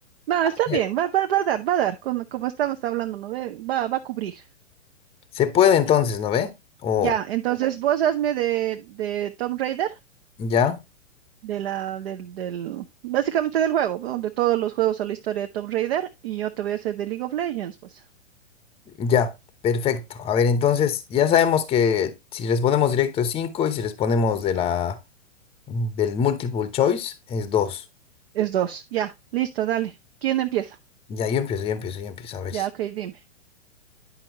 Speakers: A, on the right (about 50°); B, on the left (about 15°).
A: No, está
B: ya-
A: bien, va, va, va a dar, va a dar, con- como estamos hablando, ¿no? Ve, Va, va a cubrir.
B: se puede entonces, ¿no ve? O
A: Ya, entonces vos hazme de, de Tomb Raider,
B: ya.
A: de la, del, del, básicamente del juego, ¿no? De todos los juegos o la historia de Tomb Raider, y yo te voy a hacer de League of Legends, pues.
B: Ya, perfecto. A ver, entonces ya sabemos que si respondemos directo es 5 y si respondemos de la del multiple choice es 2.
A: Es dos, ya, listo, dale. ¿Quién empieza?
B: Ya, yo empiezo, yo empiezo, yo empiezo. A ver,
A: Ya, ok, dime.